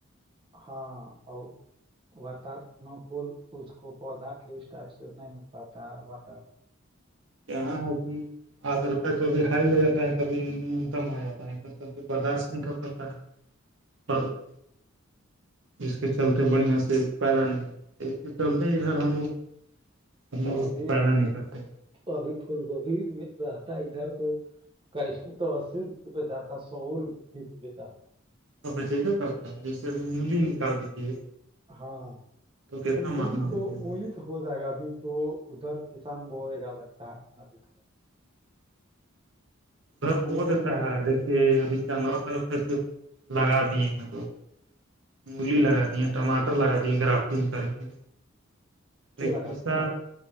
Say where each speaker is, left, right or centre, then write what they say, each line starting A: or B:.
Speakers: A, on the right; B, on the right.
A: ہاں ہ وکول اس کو پودا کی اس ٹائپ سے نہیں مل پاتا ہے واتور
B: یہاں ہے کہ آدرتا کبھی ہائی ہو جاتا ہے کبھی نیونتم ہو جاتا ہے <unintelligible> پ چل بدشمی کا پتا ہے
A: ہوں
B: <unintelligible> اس کے چلتے بڑھیا سے پیدا نہیں ہوتی اس کے چلتے ادھر ہم لوگ ہم
A: تو
B: لوگ اس
A: ابھی
B: کو پیدا نہیں کرتے
A: ابھی پھول گوبھی رہتا ہے ادھر تو گیہوں تو اسی روپیے پہ جاتا ہے سو روپئے کے جی پہ جاتا ہے
B: تو بچبے کرتا ہے جیسے اب مولی نکال دیجیے
A: ہاں
B: کتنا
A: تو بولی
B: مہنگا
A: تو
B: بکے گا
A: بولی تو <unintelligible> ہو جائے گا ابھی تو ادھر کسان ب گا لگتا ہے ندی طرف <unintelligible>
B: <unintelligible> ادھر ب
A: انہیں
B: دیتا
A: ہو جائے
B: ہے
A: گا
B: دیکھیے ابھی چو طرف تو لگا دیے ہیں لوگ مولی لگا دی ہیں ٹماٹر لگا دیے گرافٹنگ کر کے
A: کہ
B: لیکن
A: لگا
B: ایسا
A: دیا۔